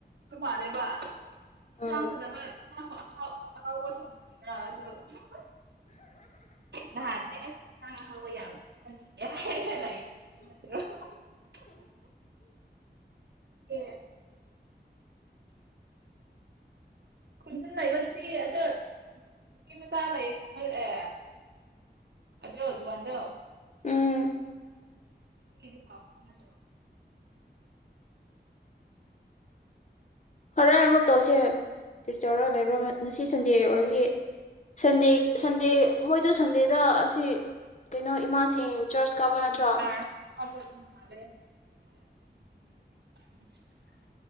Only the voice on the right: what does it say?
ꯃꯥꯂꯦꯕ ꯏꯟꯁꯥꯡ
ꯐꯖꯕ ꯏꯁꯥꯡ ꯑꯍꯥꯎ ꯑꯍꯥꯎꯕ ꯊꯣꯡꯕꯒꯤꯔ ꯑꯗꯨ ꯑꯍꯥ ꯍꯥ ꯅꯍꯥꯟꯗꯤ ꯑꯁ ꯁꯥ ꯑꯍꯥꯎꯕ ꯌꯥꯝ ꯆꯥꯅꯤꯡꯉꯦ ꯍꯥꯏꯔ ꯂꯩ ꯅꯠꯇ꯭ꯔꯣ ꯍꯥ ꯍꯥ ꯍꯥ ꯍꯥ ꯑꯦ ꯈꯨꯟꯗ ꯂꯩꯕ ꯅꯨꯄꯤ ꯑꯗꯨ ꯅꯨꯄꯤ ꯃꯄꯥ ꯂꯩꯈꯤꯄꯜꯑꯦ ꯑꯗꯣ ꯑꯗꯨ ꯋꯥꯟꯗꯣ
ꯉꯥꯁꯤꯒꯤꯗꯤ ꯄꯥꯎ ꯐꯥꯎꯅꯗ꯭ꯔꯣ
<unintelligible>